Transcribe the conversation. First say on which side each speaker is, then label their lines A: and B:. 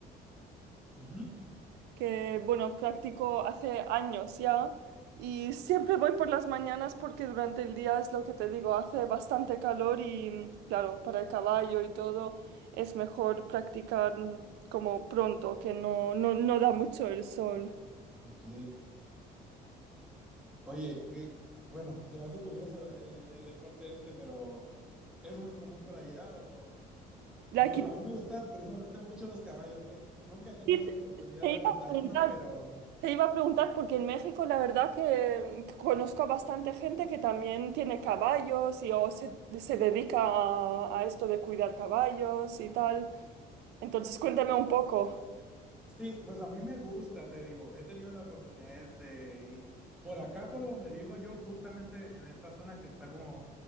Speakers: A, in the centre; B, on the right (about 80°).
A: Ujú,
B: que, bueno, practico hace años ya y siempre voy por las mañanas porque durante el día es lo que te digo, hace bastante calor y, mm, claro, para el caballo y todo es mejor practicar mm, como pronto, que no, no, no da mucho el sol.
A: Ok. Oye, que, bueno, se me hace curioso el, el deporte este, pero ¿es muy común por allá? O...
B: La
A: Me
B: equitación,
A: gu- a mí me gustan curiosamente mucho los caballos, eh. Nunca he tenido
B: te
A: la oportunidad de
B: iba
A: montar
B: a preguntar,
A: uno, pero
B: Te iba a preguntar porque en México la verdad que que conozco a bastante gente que también tiene caballos y o se, se dedica a, a esto de cuidar caballos y tal. Entonces cuéntame un poco.
A: sí, pues a mí me gusta, te digo. He tenido la oportunidad de de ir por acá, por donde vivo yo, justamente en esta zona que está como,